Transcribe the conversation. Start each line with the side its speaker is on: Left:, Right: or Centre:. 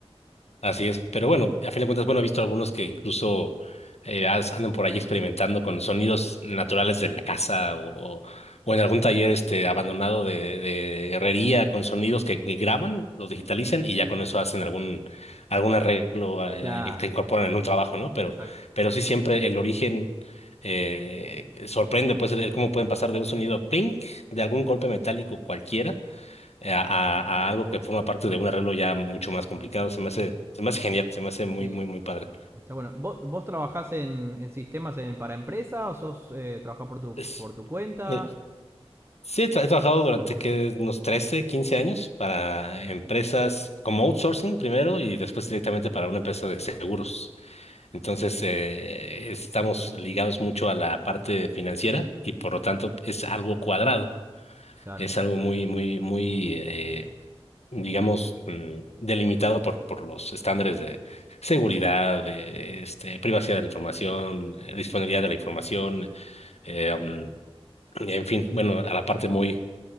Left: Así es. Pero bueno, a fin de cuentas, bueno, he visto algunos que incluso eh, as- andan por allí experimentando con sonidos naturales de la casa o, o en algún taller este abandonado de, de herrería con sonidos que, que graban, los digitalizan y ya con eso hacen algún, algún arreglo eh,
Right: Claro,
Left: que que incorporan en un trabajo, ¿no? Pero,
Right: exacto.
Left: pero sí siempre el origen eh, sorprende, pues, el, el cómo pueden pasar de un sonido clink, de algún golpe metálico cualquiera eh, a, a-
Right: Ah,
Left: a algo que forma parte de un arreglo ya mucho más complicado. Se me hace, se me hace genial, se me hace muy,
Right: sí,
Left: muy, muy padre.
Right: está bueno. ¿Vos, vos trabajás en, en sistemas en, para empresa o sos eh, trabajás por tu,
Left: Es-
Right: por tu cuenta?
Left: eh, sí, he, tra- he trabajado durante que unos 13 15 años para empresas como outsourcing primero y después directamente para una empresa de seguros. Entonces, eh, estamos ligados mucho a la parte financiera y por lo tanto es algo cuadrado.
Right: Claro.
Left: Es algo muy, muy, muy, eh, digamos, mm, delimitado por, por los estándares de seguridad, de este, privacidad de la información, eh, disponibilidad de la información, eh, mm, en fin, bueno, a la parte muy,